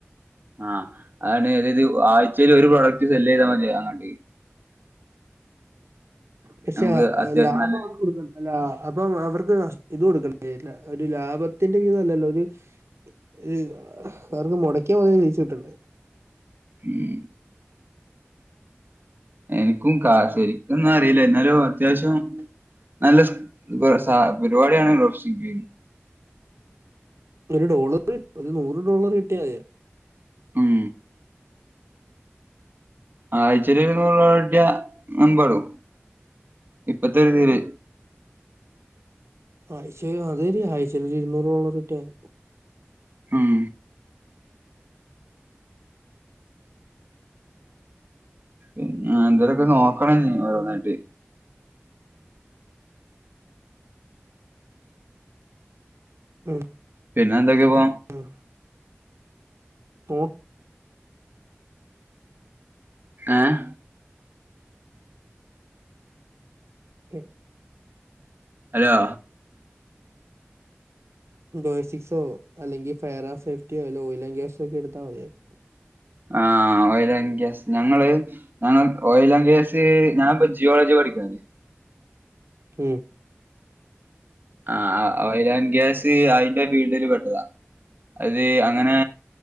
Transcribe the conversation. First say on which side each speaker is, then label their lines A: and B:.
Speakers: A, on the right; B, on the right.
A: ആഹ് അതാണ് അതായത് ആയ്ച്ചേല് ഒര് പ്രോഡക്ട് സെല്ലെയ്താ മതിയ അങ്ങട്ട്
B: പക്ഷേ
A: നമുക്ക് അത്യാവശ്യം
B: ലാഭ
A: നല്ല
B: വർക്കിട്ക്കും അല്ല അപ്പം അവർക്ക് നഷ് ഇതെട്ക്കാൻ കയ്യില്ല ഒരു ലാഭത്തിന്റെ വിതല്ലല്ലോ ഒര് ഇഹ് അവര്ക്ക് മൊടക്ക്യ മൊതല് തിരിച്ച് കിട്ടണ്ടേ.
A: ഉം എനിക്കും കാ ശരിക്കൊന്നറില്ല എന്നാലും അത്യാവശ്യം നല്ല സ് ബ് സ പരിവാട്യാണ് റോപ്‌സിക്.
B: ഒരു ഡോളർ ഒരു നൂറ് ഡോളർ കിട്ട്യാ
A: ഉം ആയ്‌ച്ചേലൊര് നൂറ് ഡോളർ കിട്ട്യാ എമ്പാടും ഇപ്പത്തെ ഒരീതില്
B: ആഹ് ശെരിയാ അതൊരു ആയ്ച്ചേലൊരു ഇര്ന്നൂർ ഡോളർ കിട്ട്യാതി.
A: ഉം ഉം ആഹ് എന്തേലൊക്കെ നോക്കണ ഞ് ഓരോന്നായിട്ട്.
B: ഉം
A: പിന്നെന്തൊക്കെ പോ?
B: ഉം പൊ
A: ഏഹ്
B: <unintelligible>
A: അലോ
B: ബേസ്സിക്സോ അല്ലെങ്കി ഫയർ ആൻഡ് സെഫ്റ്റ്യോ അല്ലെ ഓയിലൻ ഗ്യാസോക്കെട്ത്താ മതിയായിര്
A: ആഹ് ഓയിലാൻഡ് ഗ്യാസ് ഞങ്ങള് ഞങ്ങ ഓയിലൻ ഗ്യാസ് ഞാപ്പൊ ജിയോളജി പഠിക്കുന്നത്.
B: ഉം
A: ആഹ് ആഹ് ഓയിലാൻ ഗ്യാസ് അയ്ന്റെ ഫീൽഡില് പെട്ടതാ. അത് അങ്ങനെ